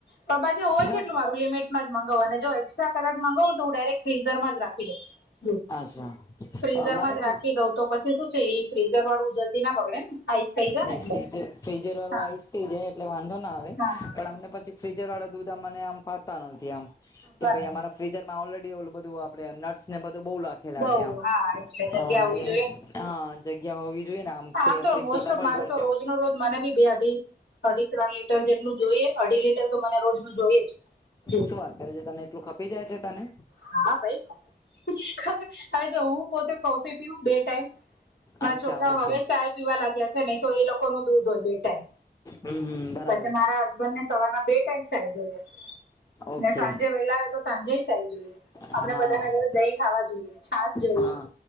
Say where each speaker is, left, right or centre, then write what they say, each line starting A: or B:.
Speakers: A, on the left (about 80°); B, on the left (about 20°).
A: પણ પાછી હોય
B: ના
A: કેટલું લીમિટમાં જ મગાવુ અને જો એક્સ્ટ્રા કદાચ મંગાવુ તો હું ડાયરેક્ટ ફ્રીઝરમા જ રાખી દઉ
B: અચ્છા.
A: ફ્રીઝરમા
B: અમારે
A: જ
B: શું
A: રાખી દઉં તો પછી શું છે, એ ફ્રીઝર વાળુ જલ્દીના બગડે આઈસ થઈ જાય
B: નહી
A: ને એટલે
B: ફ્રીજર ફ્રીજર વાળો
A: હા
B: આઈસ થઈ જાય એટલે વાંધો ના આવે
A: હા
B: પણ અમને પછી ફ્રીઝર વાળા દૂધ અમને આમ ફાવતા નથી આમ કે
A: બરાબર
B: ભઈ અમારા ફ્રીજરમા ઓલરે ડી ઓલુ બધુ આપડે નટસ ને બધુ લખેલા
A: બઉ
B: છે, આમ
A: હા એટલે જગ્યા
B: હા
A: હોવી
B: એ
A: જોઈએ ને
B: હા જગ્યા હોવી જોઈએ ને
A: આમ
B: ફ્રીજ
A: તો મોસ્ટ
B: ડબલ
A: ઓફ મારું
B: ડોર
A: તો
B: છે
A: રોજ નો રોજ મને ભી બે અઢી અઢી ત્રણ લીટર જેટલું જોઈએ અઢી લીટર તો મને રોજનું જોઈએ જ દૂધ
B: શું વાત કરે છે, તને એટલું ખપી જાય છે, તને
A: હા ભાઈ ખપે હવે જો હું પોતે કોફી પીવ બે ટાઈમ મારા
B: અચ્છા
A: છોકરાઓ
B: ઓકે
A: હવે ચાય પીવા લાગ્યા છે, નહી તો એ લોકો ન દૂધ હોય બે ટાઈમ
B: હમ હમ બરાબર
A: પછી મારા હસબન્ડને સવારના બે ટાઈમ ચાય જોઈએ.
B: ઓકે
A: ને સાંજે વેલા આવે તો સાંજે ચાય જોઈએ
B: હા
A: અમને બધાને રોજ દહીં ખાવા જોઈએ છાસ જોઈ
B: હા